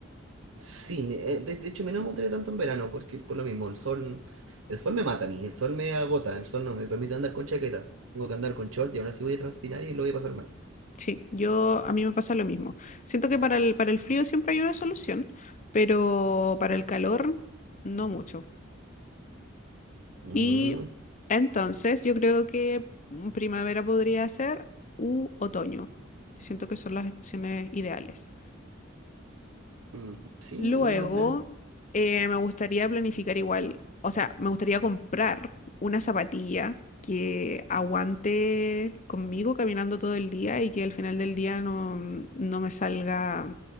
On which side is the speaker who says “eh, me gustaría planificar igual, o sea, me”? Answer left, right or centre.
Left